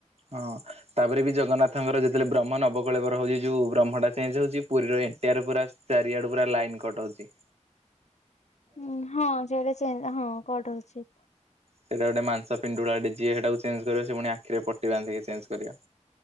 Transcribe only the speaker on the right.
ହଁ ତାପରେ ବି ଜଗନ୍ନାଥଙ୍କର ଯେତେବେଳେ ବ୍ରହ୍ମ ନବକଳେଳବର ହଉଜି ଯୋଉ ବ୍ରହ୍ମଟା ଚେଞ୍ଜ ହଉଚି। ପୁରୀର ଏଣ୍ଟାର ପୁରା ଚାରିଆଡ଼ୁ ପୁରା ଲାଇନ କଟ ହଉଚି।
ସେଇଟା ଗୋଟେ ମାଂସ ପିଣ୍ଡୁଳାଟେ ଯିଏ ହେଟାକୁ ଚେଞ୍ଜ କରିବ ସେ ପୁଣି ଆ ଆଖିରେ ପଟି ବାନ୍ଧିକି ଚେଞ୍ଜ କରିବ।